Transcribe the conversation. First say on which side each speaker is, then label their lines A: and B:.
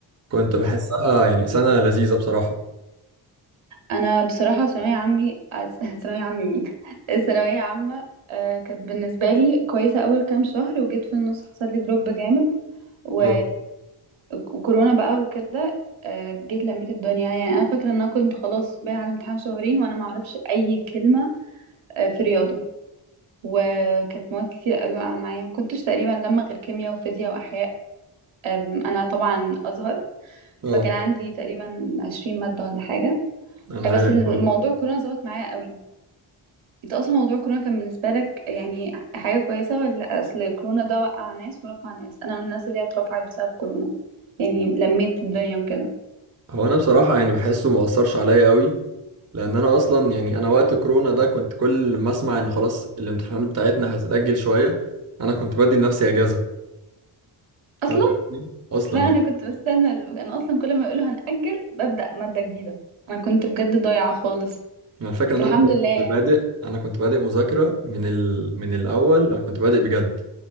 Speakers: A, on the right (about 30°); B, on the right (about 70°).
A: كنت بحسها يعني سنة لذيذة بصراحة
B: انا بصراحه ثانويه عمي <laughs> ثانويه عمي مين <laughs> الثانويه عامه آه، كانت بالنسبه لي كويسه اول كام شهر وجيت في النص حصل لي دروب جامد و...
A: اه
B: وكورونا بقى وكده آه، جيت لميت الدنيا يعني انا فاكره ان انا كنت خلاص باقي على الامتحان شهرين وانا ما اعرفش اي كلمه آه، في رياضه وكانت مواد كتير قوي واقعه معايا ما كنتش تقريبا لما غير كيمياء وفيزياء واحياء آم، انا طبعا ازهر
A: اه
B: فكان عندي تقريبا 20 ماده ولا حاجه
A: أنا
B: بس
A: عارف
B: الموضوع
A: اه
B: كورونا ظبط معايا قوي انت اصلا موضوع كورونا كان بالنسبه لك يعني حاجه كويسه ولا اصل كورونا ده وقع ناس ورفع ناس انا من الناس اللي هي اترفعت بسبب كورونا يعني لميت الدنيا وكده
A: هو أنا بصراحة يعني بحسه مؤثرش عليا قوي لأن أنا أصلا يعني أنا وقت كورونا ده كنت كل ما أسمع إن خلاص الامتحانات بتاعتنا هتتأجل شوية أنا كنت بدي لنفسي أجازة فاهم
B: اصلا
A: قصدي؟ أصلا
B: لا
A: يعني
B: انا كنت بستنى ال- انا اصلا كل ما يقولوا هنأجل ببدأ ماده جديده انا كنت بجد ضايعه خالص
A: يعني الفكرة
B: بس
A: إن
B: الحمد
A: أنا كنت
B: لله
A: بادئ أنا كنت بادئ مذاكرة من ال... من الأول أنا كنت بادئ بجد